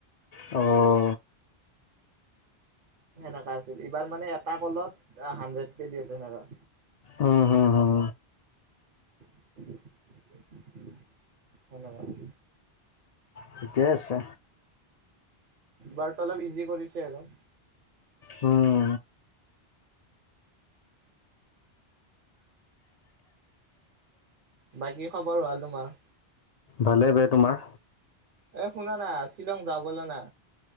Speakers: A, on the left (about 55°); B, on the right (about 55°).
A: অ
B: সেনেকা আছিল এইবাৰ মানে এটা কলত হাড্ৰেড কে দি আছে সেনেকা
A: উম হুম হুম
B: সেনেকা
A: ঠিকে আছে
B: বাৰ্তালাপ ইজি কৰিছে আৰু
A: উম
B: বাকী খবৰ ভাল তোমাৰ
A: ভালেই বে তোমাৰ
B: এ শুনা না শ্বিলং যাওঁ বলা না